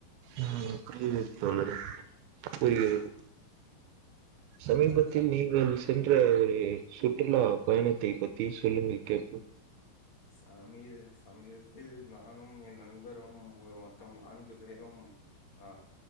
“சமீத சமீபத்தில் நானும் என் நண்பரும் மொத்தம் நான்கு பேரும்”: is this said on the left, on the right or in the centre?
Left